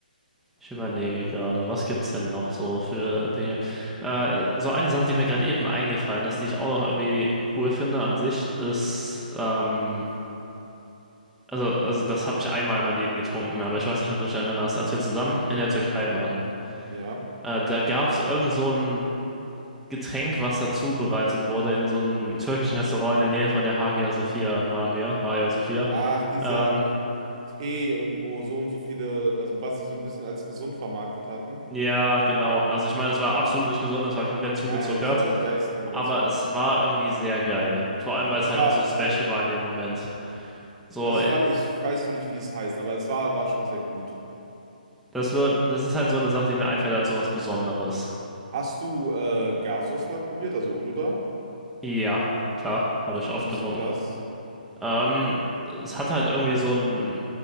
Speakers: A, in the centre; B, on the right.
A: ich überlege gerade, was gibt's denn noch so für Dinge? Äh, so eine Sache, die mir gerade eben eingefallen ist, die ich auch noch irgendwie cool finde an sich, ist, ähm, also, also das habe ich einmal in meinem Leben getrunken, aber ich weiß nicht, ob du dich erinnerst, als wir zusammen in der Türkei waren.
B: Ja.
A: Äh, da gab's irgend so ein Getränk, was dazu bereitet wurde in so einem türkischen Restaurant in der Nähe von der Hagia Sophia waren wir, Hagia Sophia.
B: Ach, dieser
A: Ähm,
B: Tee irgendwie, wo so und so viele, also was sie so ein bisschen als gesund vermarktet hatten.
A: ja, genau. Also ich meine, es war absolut nicht gesund, es war komplett zugezuckert.
B: Nein, es war geisteskrank
A: aber
B: überzuckert.
A: es war irgendwie sehr geil. Vor allem, weil
B: Es
A: es halt
B: war,
A: auch so special
B: war lecker.
A: war in dem Moment. So,
B: Also,
A: äh,
B: weil ich weiß nur nicht, wie es heißt, aber es war, war schon sehr gut.
A: das wird, das ist halt so eine Sache, die mir einfällt als so was Besonderes.
B: Hast du äh, Gasos mal probiert, also Uluda?
A: Ja, klar, habe ich oft
B: Findest
A: getrunken.
B: du das?
A: Ähm, es hat halt irgendwie so ein,